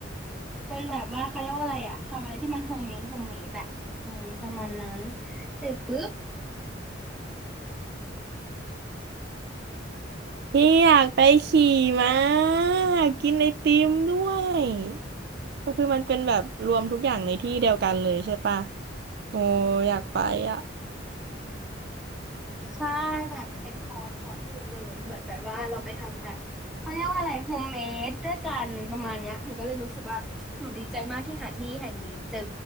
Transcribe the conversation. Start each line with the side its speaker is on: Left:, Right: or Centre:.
Centre: เป็นแบบว่าเขาเรียกว่าอะไรอะทำอะไรที่มันโฮมเมดโฮมเมดแบบอืมประมาณนั้นเสร็จปุ๊บ
Right: พี่อยากไปขี่ม้ากินไอติมด้วยก็คือมันเป็นแบบรวมทุกอย่างในที่เดียวกันเลยใช่ปะโอ้อยากไปอ่ะ
Centre: ใช่แบบมันเป็นคอร์สคอร์สหนึ่งเลยเหมือนแบบว่าเราไปทำแบบเขาเรียกว่าอะไรโฮมเมดด้วยกันประมาณเนี้ยหนูก็เลยรู้สึกว่าหนูดีใจมากที่หาที่แห่งนี้เจอ